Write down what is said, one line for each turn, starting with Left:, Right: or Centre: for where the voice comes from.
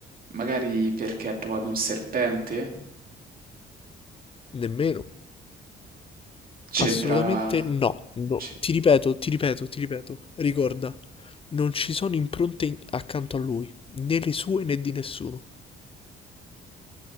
Right: Magari perché ha trovato un serpente?
Left: nemmeno.
Right: C'entra...
Left: Assolutamente no. No.
Right: c-
Left: Ti ripeto, ti ripeto, ti ripeto. Ricorda, non ci sono impronte in- accanto a lui, né le sue né di nessuno.